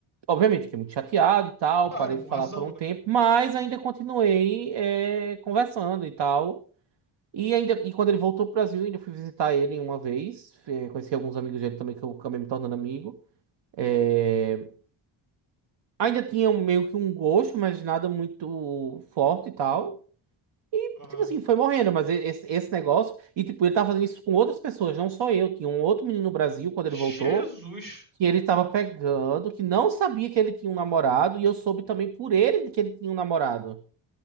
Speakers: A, on the right; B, on the right.
A: obviamente, fiquei muito chateado e tal,
B: Claro,
A: parei
B: com
A: de falar
B: razão,
A: por um tempo,
B: né?
A: mas ainda continuei é, conversando e tal. E ainda e quando ele voltou pro Brasil, eu ainda fui visitar ele uma vez. eh, Conheci alguns amigos dele também que eu acabei me tornando amigo. Eh, Ainda tinha um- meio que um gosto, mas nada muito forte e tal. E,
B: Aham.
A: Tipo assim, foi morrendo, mas e- esse, esse negócio. E tipo, ele tava fazendo isso com outras pessoas, não só eu. Tinha um outro menino no Brasil quando
B: Jesus!
A: ele voltou. Que ele tava pegando, que não sabia que ele tinha um namorado, e eu soube também por ele que ele tinha um namorado.